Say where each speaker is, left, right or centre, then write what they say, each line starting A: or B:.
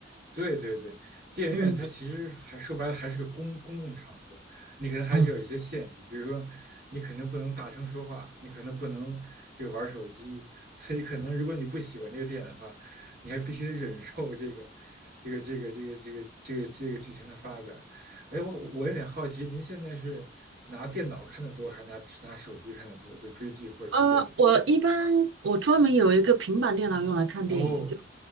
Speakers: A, on the right; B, on the right.
A: 对对对，电影院它其实还说白了还是个公公共场合，
B: <laughs> 嗯
A: 你可能还是有一些限制，
B: 嗯。
A: 比如说你肯定不能大声说话，你可能不能这个玩手机，所以可能如果你不喜欢这个电影的话，你还必须得忍受这个这个这个这个这个这个这个剧情的发展。哎，我我有点好奇，您现在是拿电脑看的多，还是拿拿手机看的多？就追剧或者追电影的话，
B: 呃，我一般我专门有一个平板电脑用来看电影，
A: 哦，
B: 就